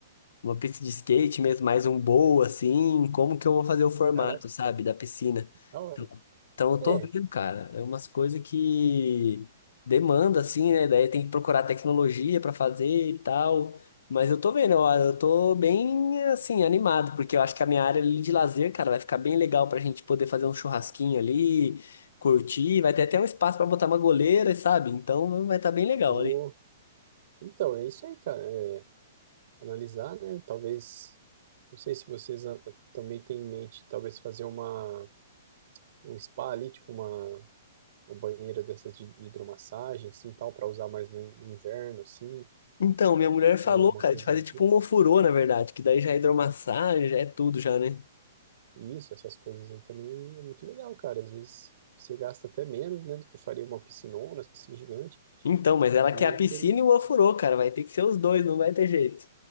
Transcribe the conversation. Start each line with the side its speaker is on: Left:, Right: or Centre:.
Left: uma pista de skate mesmo, mais um bowl, assim, como que eu vou fazer o formato,
Right: caraca,
Left: sabe, da piscina?
Right: da hora.
Left: Então, então eu
Right: É,
Left: tô vendo, cara, é umas coisas que demanda, assim, né? Daí tem que procurar tecnologia pra fazer e tal. Mas eu tô vendo, ó, eu tô bem, assim, animado, porque eu acho que a minha área ali de lazer, cara, vai ficar bem legal pra gente poder fazer um churrasquinho ali, curtir, vai ter até um espaço pra botar uma goleira, sabe? Então vai estar bem legal
Right: o...
Left: ali.
Right: então, é isso aí, cara. É, analisar, né? Talvez, não sei se vocês ah, também têm em mente, talvez fazer uma, um spa ali, tipo uma uma banheira dessas de, de hidromassagem, assim, tal, para usar mais no, in- no inverno, assim,
Left: Então, minha mulher falou,
Right: ou uma
Left: cara,
Right: coisa
Left: de fazer
Right: do
Left: tipo
Right: tipo.
Left: um ofurô, na verdade, que daí já é hidromassagem, já é tudo já, né?
Right: E isso, essas coisas aí também é muito legal, cara. Às vezes você gasta até menos, né, do que faria uma piscinona, assim, gigante.
Left: Então, mas ela
Right: E
Left: quer a piscina
Right: teria-
Left: e o ofurô, cara, vai ter que ser os dois, não vai ter jeito.